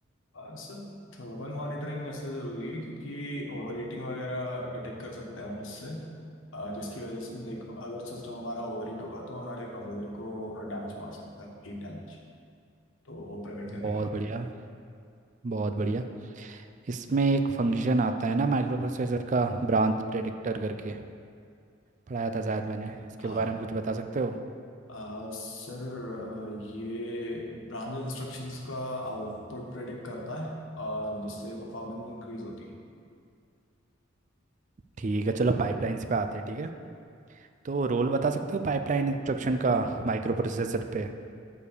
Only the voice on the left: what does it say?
हाँ सर थर्मल मॉनिटरिंग ऐसे ज़रूरी है क्योंकि ओवर हीटिंग वगैरह डिटेक्ट कर सकते हैं हम उससे आ, जिसकी वजह से लाइक अगर सिस्टम हमारा ओवर हीट होगा तो हमारे प्रोसेसर को डैमेज पहुंच सकता है हीट डैमेज तो वो प्रिवेंट करने
का
हाँ
आ, सर आ, ये ब्रांच इंस्ट्रक्शंस का आउटपुट प्रेडिक्ट करता है और जिससे परफॉर्मेंस इंक्रीज होती है